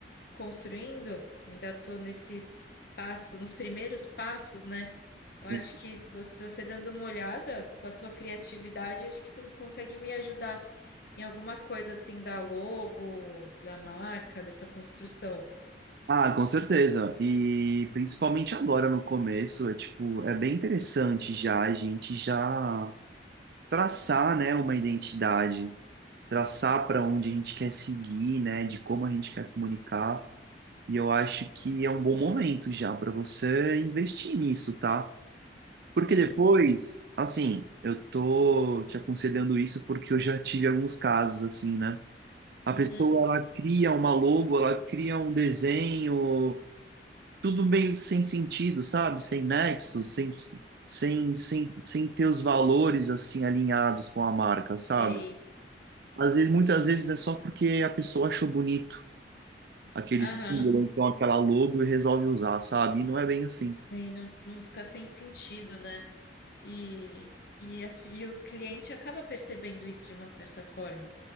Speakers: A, on the left (about 55°); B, on the right (about 60°).
A: construindo, ainda estou nesses passos, nos primeiros passos, né?
B: Sim.
A: Eu acho que você, você dando uma olhada com a tua criatividade, acho que tu consegue me ajudar em alguma coisa assim da logo, da marca, dessa construção.
B: Ah, com certeza. E principalmente agora no começo, é tipo, é bem interessante já a gente já traçar, né, uma identidade, traçar para onde a gente quer seguir, né, de como a gente quer comunicar. E eu acho que é um bom momento já para você investir nisso, tá? Porque
A: Uhum,
B: depois, assim, eu tô te aconselhando isso porque eu já tive alguns casos assim, né? A
A: uhum,
B: pessoa, ela cria uma logo, ela cria um desenho, tudo meio sem sentido, sabe? Sem nexo, sem, sem, sem, sem ter os valores, assim, alinhados com a marca, sabe?
A: sei.
B: Às vezes, muitas vezes é só porque a pessoa achou bonito aquele
A: Aham,
B: símbolo, ou então aquela logo e resolve usar, sabe? E não é bem assim.
A: e não, não fica sem sentido, né? E, e, as, e os clientes acabam percebendo isso de uma certa forma.